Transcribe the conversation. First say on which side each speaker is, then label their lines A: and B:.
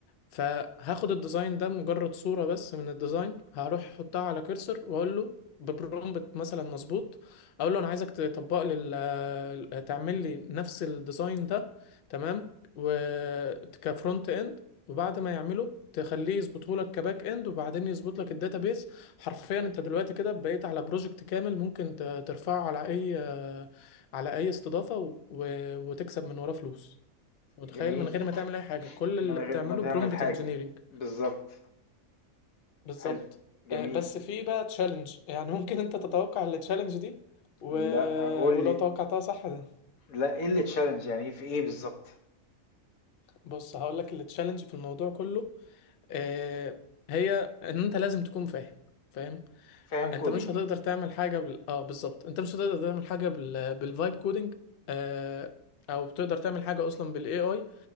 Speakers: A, on the left; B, on the left.
A: فهاخد الديزاين ده مجرد صورة بس من الديزاين هروح احطها على كرسر واقول له ببرومبت مثلا مظبوط اقول له انا عايزك تطبق لي ال- تعمل لي نفس الديزاين ده تمام وكفرونت اند وبعد ما يعمله تخليه يظبطه لك كباك اند وبعدين يظبط لك الداتابيز حرفيا انت دلوقتي كده بقيت على بروجكت كامل ممكن ت- ترفعه على اي على اي استضافة و- وتكسب من وراه فلوس متخيل
B: جميل،
A: من غير ما تعمل اي حاجه كل
B: من
A: اللي
B: غير
A: بتعمله
B: ما تعمل
A: برومبت
B: حاجة،
A: انجينيرنج
B: بالضبط،
A: بالظبط
B: حلو، جميل،
A: آه، بس في بقى تشالنج يعني ممكن انت تتوقع التشالنج دي و...
B: لأ
A: آه،
B: قُل
A: ولو
B: لي
A: توقعتها صح ده
B: لأ إيه الchallenge يعني في إيه بالضبط؟
A: بص هقول لك التشالنج في الموضوع كله آه، هي ان انت لازم تكون فاهم فاهم
B: فاهم coding
A: انت مش هتقدر تعمل حاجه بال... اه بالظبط انت مش هتقدر تعمل حاجه بال... بالفايب كودنج آه، او تقدر تعمل حاجه اصلا بالاي اي